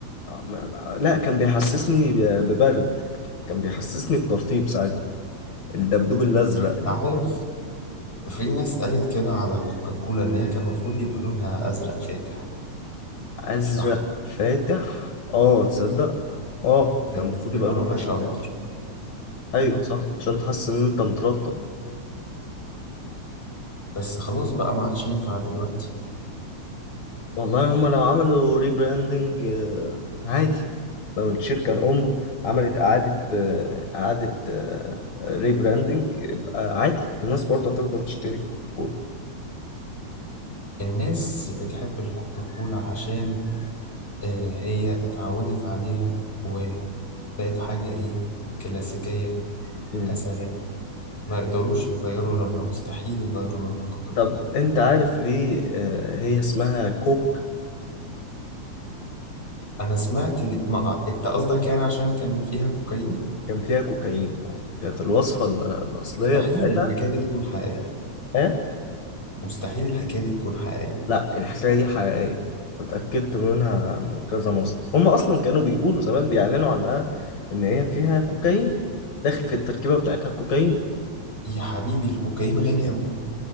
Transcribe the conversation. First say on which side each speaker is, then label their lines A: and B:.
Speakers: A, on the left (about 65°); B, on the left (about 20°).
A: ما- ما- لا كان بيحسسني ب- ببرد كان بيحسسني بترطيب ساعتها الدبدوب الازرق
B: انت عارف في ناس قالت كده على كوكاكولا إن هي كان المفروض يبقى لونها أزرق فاتح
A: ازرق
B: مش أحمر
A: فاتح اه تصدق اه
B: كانت
A: كان المفروض
B: بتبقى
A: يبقى
B: منعشة
A: لونه ازرق
B: أكتر
A: فاتح ايوه صح عشان تحس ان انت مترتب
B: بس خلاص بقى ما عادش ينفع دلوقتي
A: والله هما لو عملوا ريبراندنج عادي لو الشركة الأم عملت إعادة آه، إعادة ريبراندنج يبقى عادي الناس برضه هتفضل تشتري كوكا كولا
B: الناس بتحب الكوكاكولا عشان آه، هي اتعودت عليها وبقت حاجة إيه كلاسيكية
A: مم.
B: أثرية ما يقدروش يغيروا لونها مستحيل يغيروا لون الكوكاكولا
A: طب أنت عارف ليه آه، هي اسمها كوك
B: أنا سمعت ما... أنت قصدك يعني عشان كان فيها كوكايين
A: كان فيها كوكايين اه كانت الوصفة ال- الأصلية
B: مستحيل
A: بتاعتها
B: الحكاية دي تكون حقيقية
A: إيه؟
B: مستحيل الحكاية دي تكون حقيقية
A: لا الحكاية دي حقيقية واتأكدت منها من كذا مصدر هم أصلا كانوا بيقولوا زمان بيعلنوا عنها إن هي فيها كوكايين داخل في التركيبة بتاعتها كوكايين
B: يا حبيبي الكوكايين غالي قوي